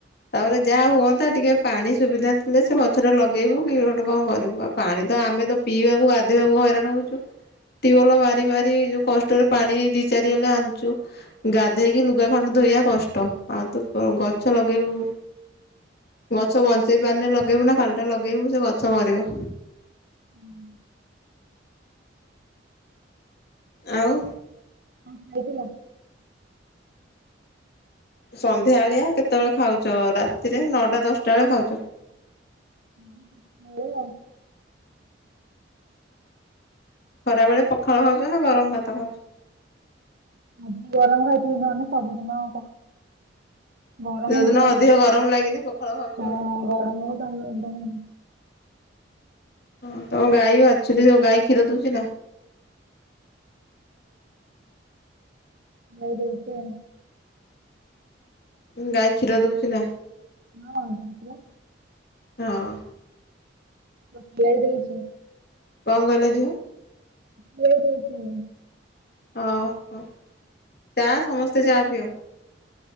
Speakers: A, on the left (about 55°); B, on the right (about 55°).
A: ତାପରେ ଯାହା ହୁଅନ୍ତା ଟିକେ ପାଣି ସୁବିଧା ଥିଲେ ସେ ଗଛ ଟା ଲଗେଇବୁ କି ଗୋଟେ କଣ କରିବୁ ଆଉ ପାଣି ତ ଆମେ ତ ପିଇବାକୁ ବାଧିବାକୁ ହଇରାଣ ହଉଛୁ ଟବଲ ମାରି ମାରି ଯୋଉ କଷ୍ଟରେ ପାଣି ଦି ଚାରିଗଲେ ଆଣିଚୁ ଗାଧେଇକି ଲୁଗା ଖଣ୍ଡ ଧୋଇବା କଷ୍ଟ ଆଉ ତୁ ଗଛ ଲଗେଇବୁ ଗଛ ବଞ୍ଚେଇ ପାରିଲେ ଲଗେଇବୁ ନା ଖାଲି ଟା ଲଗେଇବୁ ସେ ଗଛ ମରିବ
B: ହୁଁ
A: ଆଉ
B: ହ ଖାଇଦଥିଲା?
A: ସନ୍ଧ୍ୟାବେଳିଆ କେତେବେଳେ ଖାଉଛ ରାତିରେ ନଅଟା ଦଶଟା ବେଳେ ଖାଉଛ,।
B: ହ ମ ଆ <inaudible>
A: ଖରା ବେଳେ ପଖାଳ ଖାଉଛ ନା ଗରମ ଭାତ ଖାଉଛ?
B: ଆଜି ଗରମ ଖାଇଥିଲିବି ନହଲେ ସବୁଦିନ ହ ଗଡ଼
A: ଯୋଉଦିନ
B: ମତଣ
A: ଅଧିକ ଗରମ ଲାଗିନି ପଖାଳ ଖାଉଛ
B: ହଁ
A: ଆଉ।
B: ଗ ମ <inaudible>
A: ହ ତମ ଗାଈ ବି ବାଜିୁଛନ୍ତିୋ ଗାଈ କ୍ଷୀର ଦଉଛି ନା?
B: ହ ଯଇ ଦେଇଛ
A: ଁ ଗାଈ କ୍ଷୀର ଦଉଛିି ନ?
B: ହଁ ଦେତିଆ
A: ହଁ
B: ମୁ ଖଆାଇ ଦେଇଛି।
A: କଣ ଗଲେ ଝିୁଅ
B: ହେଇ ଦେଇଉଛି।
A: ଓ ହ <inaudible> ଚା ସମସ୍ତେ ଚା ପିଅ